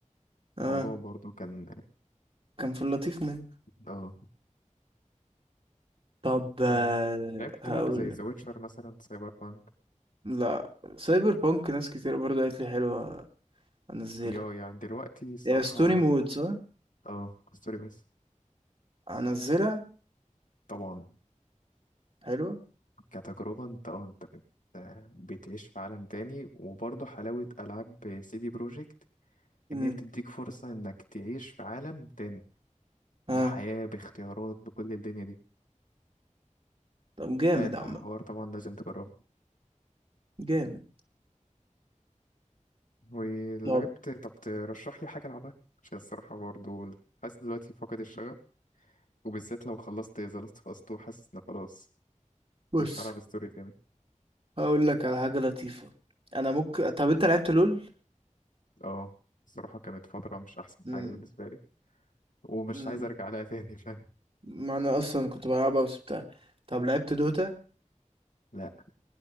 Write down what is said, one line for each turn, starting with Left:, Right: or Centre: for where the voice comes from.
Right: اه
Left: فالموضوع برضه كان
Right: كان في اللطيف منه
Left: اه
Right: طب آه،
Left: ف- لعبت
Right: هقول
Left: لعبه زي ذا ويتشر مثلا سايبر بانك
Right: لا سايبر بانك ناس كتير برضه قالت لي حلوة انزلها
Left: ايوه يعني دلوقتي الصراحه
Right: يا ستوني مود صح
Left: اه ستوري بس
Right: انزلها
Left: طبعا
Right: حلوة
Left: كتجربه انت اه انت بت- بتعيش في عالم تاني وبرضه حلاوه العاب سي دي بروجكت
Right: امم
Left: ان هي بتديك فرصه انك تعيش في عالم تاني
Right: ها
Left: بحياة باختيارات بكل الدنيا دي
Right: طب جامد
Left: فلا الحوار
Right: عم
Left: طبعا لازم تجربه
Right: جامد
Left: ولعبت
Right: طب
Left: طب ترشح لي حاجة ألعبها عشان الصراحة برضه حاسس دلوقتي فقد الشغف وبالذات لو خلصت ذا لاست اوف اس 2 حاسس إن خلاص
Right: بص
Left: مش هلعب ستوري تاني
Right: هقول لك على حاجة لطيفة انا ممكن طب انت لعبت لول
Left: اه الصراحة كانت فترة مش أحسن
Right: مم،
Left: حاجة بالنسبة لي ومش
Right: مم،
Left: عايز أرجع لها تاني فاهم
Right: ما انا اصلا كنت بلعبها بس بتاع طب
Left: مم.
Right: لعبت دوتا
Left: لا